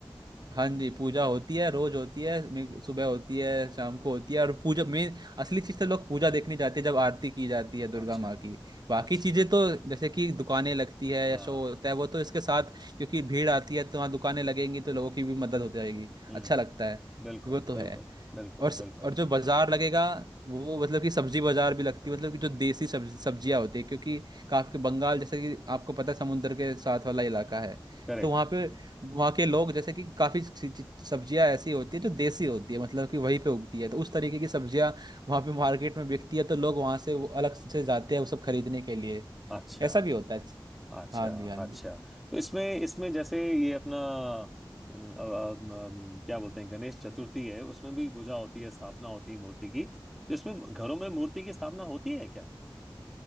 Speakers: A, on the right; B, in the centre.
A: हाँ जी पूजा होती है रोज होती है मे- सुबह होती है शाम को होती है और पूजा मेन असली चीज़ तो लोग पूजा देखने जाते हैं जब आरती की जाती है दुर्गा
B: अच्छा
A: माँ की बाकी
B: अच्छा
A: चीज़ें तो जैसे कि दुकानें लगती है
B: हाँ
A: या शो होता है वो तो इसके साथ क्योंकि भीड़ आती है तो वहाँ दुकानें लगेंगी तो लोगों की भी मदद हो जाएगी
B: हम्म
A: अच्छा लगता है
B: बिल्कुल
A: वो तो
B: बिल्कुल
A: है
B: बिल्कुल
A: और स-
B: बिल्कुल
A: और जो बाजार लगेगा वो मतलब कि सब्जी बाजार भी लगती है मतलब कि जो देसी सब्ज, सब्जियां होती है क्योंकि काफी बंगाल जैसे कि आपको पता है समुंदर के साथ वाला इलाका है
B: करेक्ट
A: तो वहाँ पे वहाँ के लोग जैसे कि काफी सी- सी- सब्जियां ऐसी होती है जो देसी होती है मतलब कि वहीं पे उगती है तो उस तरीके की सब्जियां वहाँ पे मार्केट में बिकती है तो लोग वहाँ से वो अलग से जाते हैं वो सब खरीदने के लिए
B: अच्छा
A: ऐसा भी होता है
B: अच्छा
A: हाँ जी हाँ जी
B: अच्छा तो इसमें इसमें जैसे ये अपना हम्म, अ- अ- अम, क्या बोलते हैं गणेश चतुर्थी है उसमें भी पूजा होती है स्थापना होती है मूर्ति की तो इसमें घरों में मूर्ति की स्थापना होती है क्या